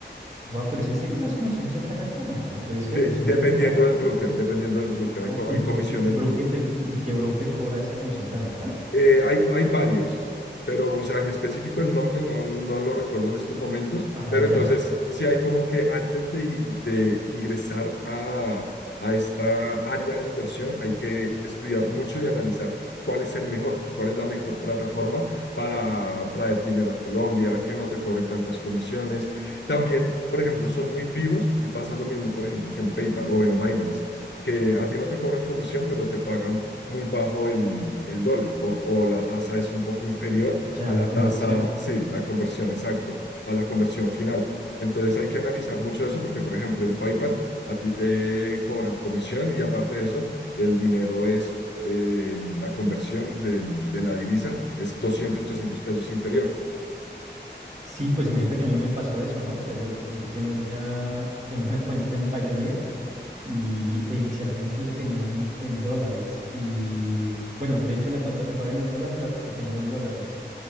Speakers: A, on the right; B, on the left.
A: Wow, pero ¿es en serio esas comisiones son tan altas? No, no puede
B: De-
A: ser, es
B: dependiendo
A: una locura.
B: del broker, dependiendo del broker,
A: Ah,
B: hay, co-
A: ¿y,
B: hay
A: lo-
B: comisiones
A: y qué broker te- y qué broker cobra esa comisión tan alta?
B: Eh, hay, hay varios, pero, o sea, en específico el nombre no, no lo recuerdo en estos
A: No.
B: momentos,
A: Ah,
B: pero
A: ya,
B: entonces sí hay como que antes de, de ingresar a, a esta área de inversión hay que estudiar mucho y analizar cuál es el mejor, cuál es la mejor plataforma para traer dinero a Colombia, que no te cobren tantas comisiones. También, por ejemplo, son muy vivos y pasa lo mismo, por ejemplo, que en PayPal o en Binance, que a ti no te cobran comisión, pero te pagan muy bajo el, el dólar o, o, la tasa es un poco inferior
A: ya,
B: a la
A: la conversión.
B: tasa, sí, la conversión, exacto, a la conversión final. Entonces hay que analizar mucho eso porque, por ejemplo, en PayPal a ti te cobran comisión y aparte de eso, el dinero es, eh, la conversión del, de la divisa es doscientos trescientos pesos inferior.
A: Sí, pues imagínate que a mí me pasó eso, ¿no? O sea, yo, yo tenía, tengo una cuenta en Pioneer y e inicialmente la tenían en en dólares. Y bueno, de hecho la cuenta me pagan en dólares, la la tengo en dólares.